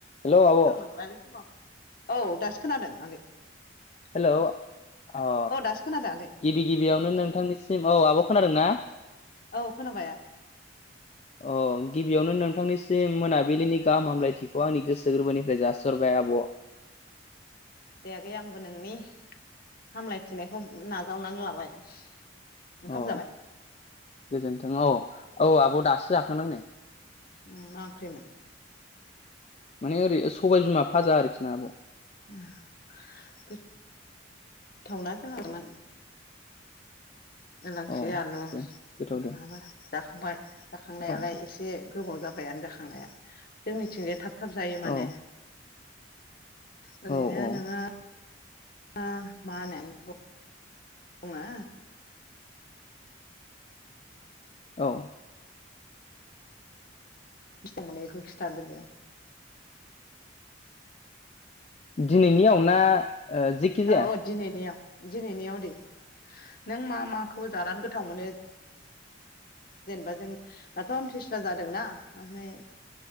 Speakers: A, on the left (about 35°); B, on the left (about 50°).
A: Hello आब'
B: मोजां नंलालै खोमा औ दासो खोनादों आगै।
A: हेल' अ
B: औ दासो खोनादों आगै
A: गिबि गिबियावनो नोंथांनिसिम औ आब' खोनादों ना?
B: औ खोनाबाय।
A: अ गिबियावनो नोंथांनिसिम मोनाबिलिनि गाहाम हामलायथिखौ आंनि गोसो गोरबोनिफ्राय जासिहरबाय आब'।
B: दे आगै आंबो नोंनि हामलायथिनायखौ नाजावनानै लाबाय। ओंखाम
A: अ
B: जाबाय
A: गोजोनथों अ औ आब' दासो जाखांदों नै।
B: उम मा ओंख्रिमोन?
A: माने ओरै सबाय बिमा फाजा आरोखि ना आब'।
B: उम गोथावना जोंहामोन इलांसि
A: अ
B: आलु ना
A: दे गोथाव दे
B: माबा जाखांबाय जाखांनायालाय
A: औ
B: एसे गोबाव जाब बायानो जाखांनाया जोंनिथिंजाय थाब थाब जायो माने।
A: औ
B: ओरैनो
A: औ औ
B: नोङो ओ मा होननानै बुंङो?
A: औ
B: बेसेबां मोनो बेखौ खिथादो दे।
A: दिनैनियाव ना? ओ जेखि जाया
B: औ अ दिनैनियाव दिनैनियाव दे नों मा माखौ जानानै गोथाव मोनो? जेनेबा जों दाथ' आमथिसुवा जादोंना ओमफाय